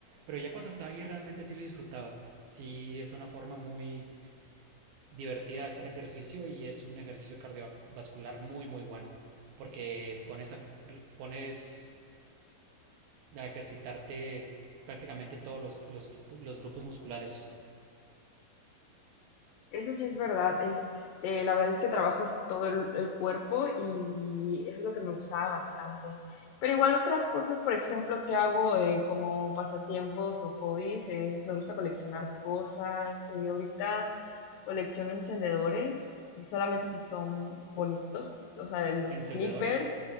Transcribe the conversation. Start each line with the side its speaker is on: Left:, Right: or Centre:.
Right: pero ya cuando estaba ahí realmente sí lo disfrutaba. Sí, es una forma muy divertida de hacer ejercicio y es un ejercicio cardiovascular muy, muy bueno. Porque pones a, pones a ejercitarte prácticamente todos los, los, gru- los grupos musculares.
Left: Eso sí es verdad. Este, la verdad es que trabajas todo el, el cuerpo y eso es lo que me gustaba bastante. Pero igual otras cosas, por ejemplo, que hago eh, como pasatiempos o hobbies, es, me gusta coleccionar cosas. eh, ahorita colecciono encendedores y solamente si son bonitos, o sea, de los
Right: Encendedores.
Left: clippers.